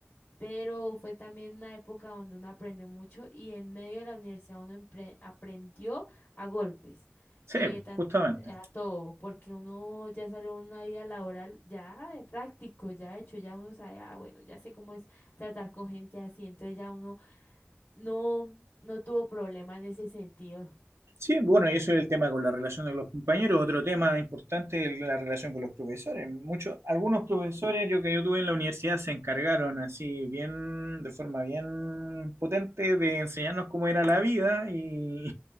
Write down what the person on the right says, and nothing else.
Sí,
justamente.
Sí, bueno, y eso es el tema con la relación de los compañeros. Otro tema importante es la relación con los profesores. Muchos, algunos profesores yo que yo tuve en la universidad se encargaron así bien, de forma bien potente de enseñarnos cómo era la vida y,